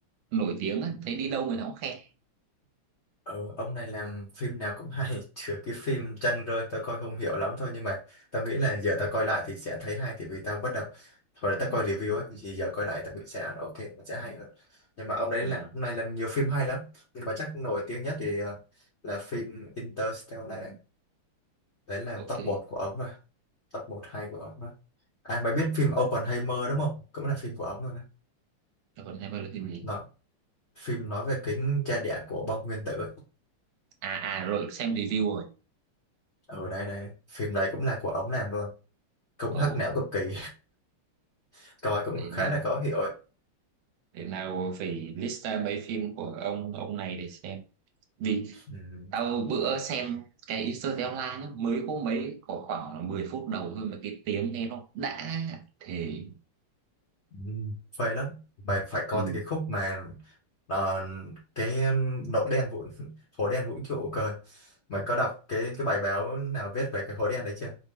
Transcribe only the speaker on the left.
Ờ, ông này làm phim nào cũng hay <laughs> trừ cái phim Trăng Rơi tao coi không hiểu lắm thôi nhưng mà tao nghĩ là giờ tao coi lại thì sẽ thấy hay thì vì tao bắt đầu hồi đó tao coi review ấy thì giờ coi lại tao nghĩ sẽ ok nó sẽ hay hơn nhưng mà ông đấy
là ông này làm nhiều phim hay lắm nhưng mà chắc nổi tiếng nhất thì ờ, là phim Interstellar đấy là
top một của ông rồi top một hay của ông rồi à mày biết phim Oppenheimer đúng không cũng là phim của ông rồi đó
nói phim nói về kính cha đẻ của bom nguyên tử ấy.
ở đây đây phim đấy cũng là của ông làm luôn cũng
hắc não cực kỳ <laughs> coi
cũng khá
là khó hiểu ấy.
ừ.
ừ, phê lắm mày phải coi
từ cái khúc mà ờ, cái nỗi đen vũ <laughs> hố đen vũ trụ cơ mày có đọc cái cái bài báo nào viết về cái hố đen đấy chưa